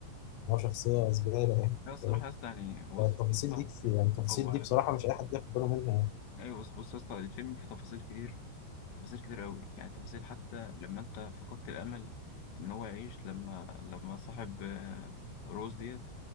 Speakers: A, on the left (about 85°); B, on the left (about 65°).
A: هو شخصية زبالة يعني
B: لا الصراحه
A: فاهم؟
B: يا اسطى يعني بص
A: فالتفاصيل
B: يا اسطى
A: دي كتير يعني التفاصيل
B: هو
A: دي بصراحة مش أي حد ياخد باله منها يعني
B: ايوه بص بص يا اسطى الفيلم فيه تفاصيل كتير تفاصيل كتير قوي يعني تفاصيل حتى لما انت فقدت الامل ان هو يعيش لما لما صاحب آه، روز ديت